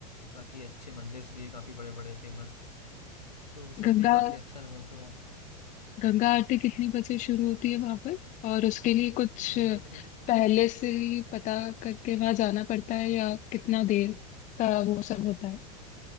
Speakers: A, on the left; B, on the left.
A: बाकी अच्छे मंदिर्स भी है काफी बड़े बड़े फेमस तो वो सब
B: गंगा
A: भी काफी अच्छा अनुभव था वहाँ
B: गंगा आरती कितनी बजे शुरू होती है वहां पर और उसके लिए कुछ
A: गंगा आरती
B: पहले से ही पता करके वहां जाना पड़ता है या कितना देर का वो सब होता है